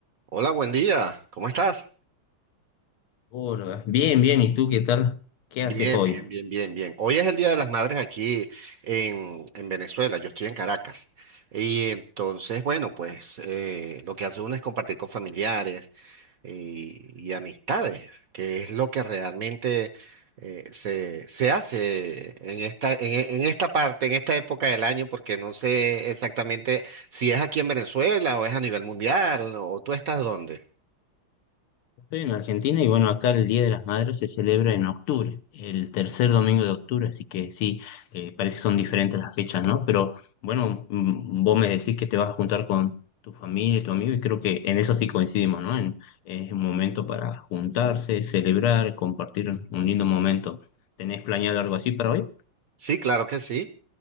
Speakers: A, on the right; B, on the left.
A: Hola, buen día. ¿Cómo estás?
B: Hola, bien, bien, ¿y tú qué tal? ¿Qué
A: Bien,
B: haces hoy?
A: bien, bien, bien, bien. Hoy es el Día de las Madres aquí en, en Venezuela. Yo estoy en Caracas. Y entonces, bueno, pues eh, lo que hace uno es compartir con familiares y, y amistades, que es lo que realmente eh, se, se hace en esta, en, e- en esta parte, en esta época del año, porque no sé exactamente si es aquí en Venezuela o es a nivel mundial o tú estás dónde.
B: Estoy en Argentina y bueno, acá el Día de las Madres se celebra en octubre, el tercer domingo de octubre, así que sí, eh, parece que son diferentes las fechas, ¿no? Pero bueno, mm, vos me decís que te vas a juntar con tu familia y tu amigo y creo que en eso sí coincidimos, ¿no? En, es un momento para juntarse, celebrar, compartir un lindo momento. ¿Tenés planeado algo así para hoy?
A: Sí, claro que sí.